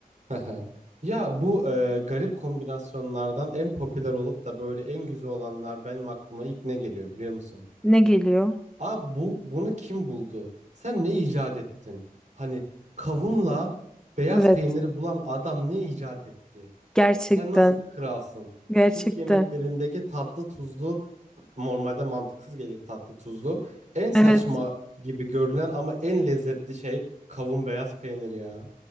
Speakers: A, on the right (about 50°); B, in the centre.
A: Hı hı. Ya bu e, garip kombinasyonlardan en popüler olup da böyle en güzel olanlar benim aklıma ilk ne geliyor biliyor musun?
B: ne geliyor?
A: Abi bu bunu kim buldu? Sen ne icat ettin? Hani kavunla beyaz
B: Evet
A: peyniri bulan adam ne icat etti?
B: gerçekten
A: Sen nasıl bir kralsın?
B: gerçekten.
A: Türk yemeklerindeki tatlı tuzlu normalde mantıksız gelir tatlı tuzlu. En saçma
B: Evet
A: gibi görülen ama en lezzetli şey kavun beyaz peynir ya.